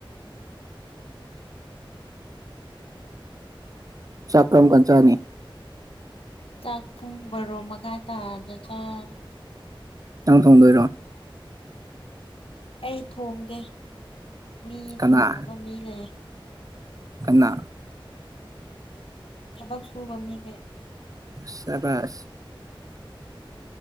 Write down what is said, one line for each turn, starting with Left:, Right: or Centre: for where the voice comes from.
Right: ꯆꯥꯛ ꯀꯔꯝꯀꯥꯟ ꯆꯥꯅꯤ
Left: ꯆꯥꯛ ꯄꯨꯡ ꯕꯔꯣ ꯃꯈꯥꯏ ꯇꯥꯔꯗꯤ ꯆꯥꯔꯅꯤ
Right: ꯅꯪ ꯊꯣꯡꯗꯣꯏꯔꯣ
Left: ꯑꯩ ꯊꯣꯡꯗꯦ ꯃꯤ
Right: ꯀꯅꯥ
Left: ꯊꯣꯡꯅꯕ ꯃꯤ ꯂꯩꯌꯦ
Right: ꯀꯅꯥ
Left: ꯊꯕꯛ ꯁꯨꯕ ꯃꯤꯈꯩ
Right: ꯁꯕꯥꯁ